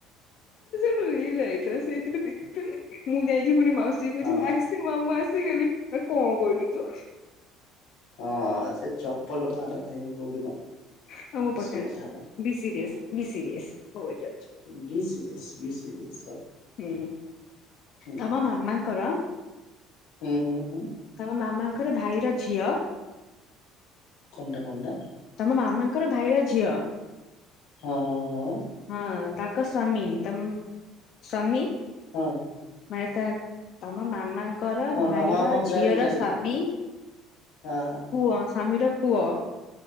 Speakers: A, on the left; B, on the left.
A: <unintelligible> ସେଇଥିରେ ଦେଖିଥିଲି, ମୁଁ ଯାଇକି ପୁଣି ମାଉସୀ କହୁଛି
B: ହଁ
A: <unintelligible> ମା ମୁଁ ଆସିଗଲି, ନା କଣ କହିଲୁ ତୁ?
B: ହଁ, ସେ ଚପଲ ପାହାର ଖାଇବୁ କୋଉଦିନ?
A: ହଁ ମୁଁ
B: ଏସବୁ
A: ପଚାରୁଛି
B: କଥା ପାଇଁ
A: ବି ସିରିଏସ, ବିି ସିରିଏସ, <unintelligible>
B: ବି ସିରିସ୍ ବି ସିରିୟସ୍।
A: ହୁଁ,
B: ହୁଁ
A: ତମ ମାମାଙ୍କର
B: ହୁଁ ହୁଁ ହୁଁ।
A: ତମ ମାମାଙ୍କର ଭାଇର ଝିଅ
B: କଣଟା କଣଟା
A: ତମ ମାମାଙ୍କର ଭାଇର ଝିଅ,
B: ହଁ ହଁ
A: ହଁ ତାଙ୍କ ସମୀ ତ ସମୀ
B: ହଁ ଅଁ।
A: <unintelligible> ତମ ମାମା ଙ୍କର ଭାଇର
B: ହଁ ହଁ ହଁ ମୁଁ
A: ଝିଅର
B: ଜାଣିଲି ଜାଣିଲି
A: ସ୍ୱାମୀ ପୁଅ,
B: ହଁ
A: ସ୍ୱାମୀର ପୁଅ